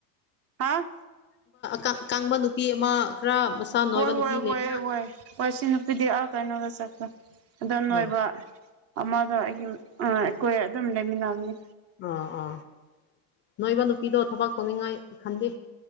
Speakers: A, on the right; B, on the left.
A: ꯍꯥꯥ
B: ꯀꯥꯡ ꯀꯥꯡꯕ ꯅꯨꯄꯤ ꯑꯃ ꯈꯔ ꯅꯣꯏꯕ
A: ꯍꯣꯏ
B: ꯅꯨꯄꯤ
A: ꯍꯣꯏ ꯍꯣꯏ
B: ꯂꯩ
A: ꯍꯣꯏ ꯍꯣꯏ ꯁꯤ ꯅꯨꯄꯤꯗꯤ ꯑꯥ ꯀꯩꯗ ꯆꯠꯈꯔ꯭ꯦ ꯑꯣ ꯅꯣꯏꯕ
B: ꯎꯝ
A: ꯑꯃꯗꯣ ꯑꯩꯒꯤ ꯑꯩꯈꯣꯏ ꯑꯗꯨꯝ ꯂꯩꯃꯤꯟꯅꯕꯅꯤ
B: ꯑꯣ ꯑꯣ ꯑꯅꯣꯏꯕ ꯅꯨꯄꯤꯗꯣ ꯊꯕꯛ ꯇꯧꯅꯤꯡꯉꯥꯏ ꯈꯟꯗꯦ